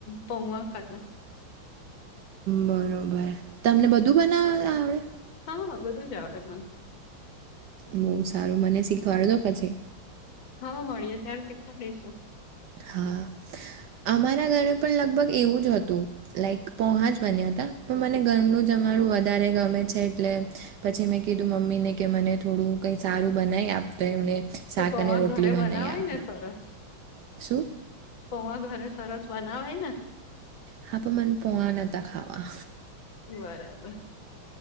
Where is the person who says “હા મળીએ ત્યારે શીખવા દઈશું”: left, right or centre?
Left